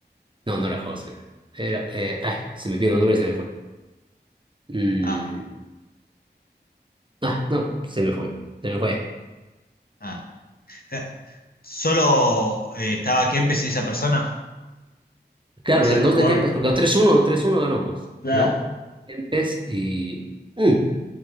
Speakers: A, on the right (about 30°); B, on the left (about 55°).
A: No, no era Hosmer. Era, eh, ay, se me vino el nombre y se me fue. Mm,
B: Ah,
A: ah, no, se me fue. Se me fue.
B: ah. Eh, Solo eh, estaba Kempes y esa persona.
A: Claro,
B: Y ese
A: eran
B: otro
A: dos
B: jugador.
A: de Kempes, porque tres uno tres uno ganó, pues,
B: Claro.
A: ¿no? Kempes y... mm,